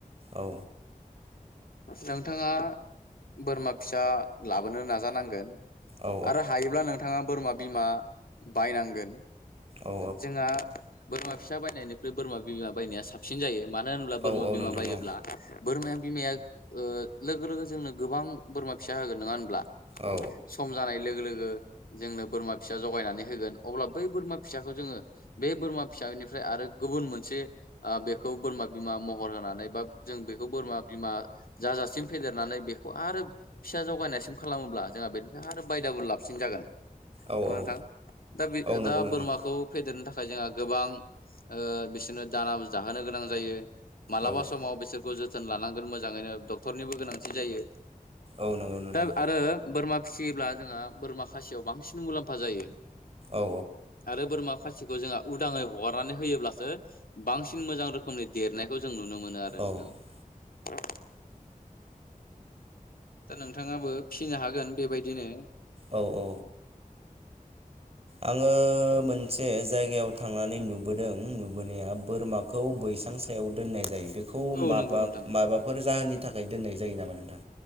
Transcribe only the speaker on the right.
औ
औ
औ
औ औ
नोंथां
औ
औ
औ
औ
औ नंगौ
नोंथां
औ
औ नंगौ नोंथां
औ
औ
औ औ आङो मोनसे जायगायाव थांनानै नुबोदों नुबोनाया बोरमाखौ बैसां सायाव दोननाय जायो। बेखौ
माबा
माबाफोर जाहोननि थाखाय दोननाय जायो नामा नोंथां?